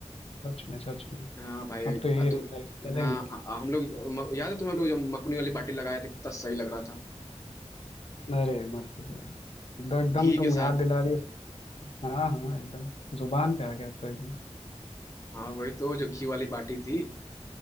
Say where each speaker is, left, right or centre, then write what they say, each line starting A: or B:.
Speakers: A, on the left (about 55°); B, on the left (about 25°).
A: सच में सच में
B: हाँ भाई
A: अब तो यही
B: अ,
A: रहता
B: तुम
A: है कि चलेंगे
B: हाँ अ, हम लोग म- याद है तुम्हें हम लोग जब मकुनी वाली बाटी लगाए थे कितना सही लग रहा था
A: अरे मत पूछो यार अब तो एकदम
B: घी
A: तुम
B: के साथ
A: याद दिला रही हो हाँ हाँ एकदम जुबान पे आ गया अब तो एकदम
B: हाँ वही तो जो घी वाली बाटी थी